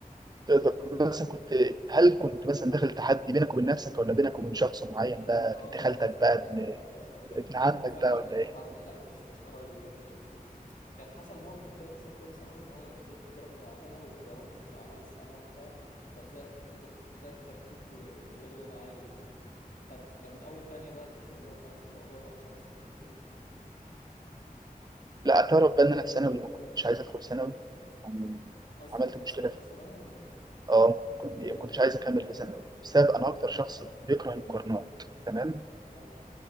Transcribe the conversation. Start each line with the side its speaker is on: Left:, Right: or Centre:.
Left: مش
Right: طب
Left: عارف
Right: مثلا كنت هل كنت مثلا داخل تحدي بينك وبين نفسك ولا بينك وبين شخص معين بقى
Left: اه
Right: بنت خالتك
Left: ده سؤال
Right: بقى
Left: حلو
Right: ابن
Left: ده, ده سؤال حلو
Right: ابن عمك
Left: هو فعلا
Right: بقى ولا
Left: كان تحدي
Right: ايه؟
Left: لا مش مش قرايبي كان يعني كنت كان حصل موقف كده مثلا في اولى ثانوي ان هو جبت درجه معينه واتظلمت في اعمال السنه وبتاع فطلعت كنت طلعت ترتيب آه، غير اللي انا عايزه كده فمن اول تانية بقى اللي هو خلاص الموضوع بقى شخصي بالنسبه لي
Right: لا اعترف بقى ان انا في ثانوي ما كنتش عايز ادخل ثانوي يعني
Left: اصلا
Right: عملت
Left: كنت
Right: مشكله
Left: عايز ادخل
Right: في
Left: صنايع ولا
Right: اه ما كنت-
Left: ده ليه
Right: ما كنتش
Left: كده
Right: عايز اكمل في ثانوي بسبب
Left: ما كنت
Right: انا اكتر شخص بيكره المقارنات تمام
Left: اه